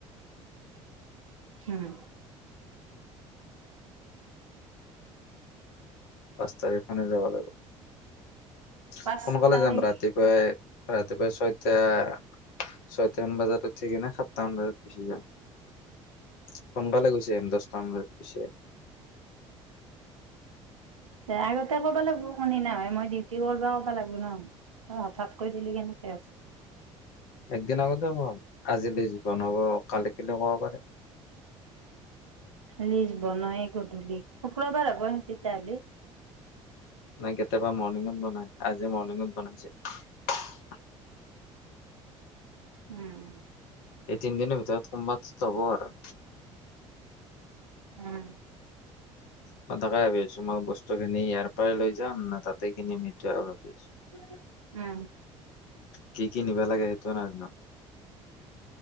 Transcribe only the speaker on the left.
পাঁচ তাৰিখ মানে যাবা লাগিব।
সোনকালে
যাম ৰাতিপুৱাই ৰাতিপুৱা ছয়টা ছয়টামান বজাত উঠিকেনে সাতটা মান বজাত গুচি যাম। সোনকালে গুচি আহিম দহটামান বজাত গুচি আহিম।
এক দিন আগতে হ'ব? আজিলি জীৱন হব কালি কেনেকুৱা পাল?
নাই কেতিয়াবা মৰ্ণিঙত বনাই আজি মৰ্ণিঙত। কোন আহিছে?
এই তিনদিনৰ ভিতৰত কোম্‌বাত টো হব আৰু।
মই তাকে ভাবি আছোঁ, মই বস্তুখিনি ইয়াৰ পৰাই লৈ যা যাম ন তাতে কিনি পাবি।
কি -কি নিবা লাগে সেইটোও নাজনো।